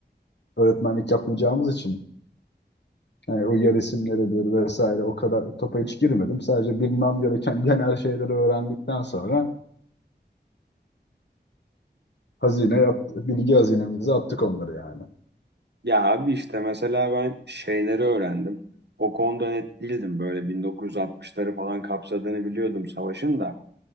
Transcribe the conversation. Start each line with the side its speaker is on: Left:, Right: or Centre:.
Left: öğretmenlik yapmayacağımız için yani o yer isimleridir vesaire o kadar topa hiç girmedim. Sadece bilmem gereken genel şeyleri öğrendikten sonra hazine yaptı, bilgi hazinemize attık onları yani.
Right: Ya abi işte mesela ben şeyleri öğrendim. O konuda net değildim. Böyle 1960'ları falan kapsadığını biliyordum savaşın da.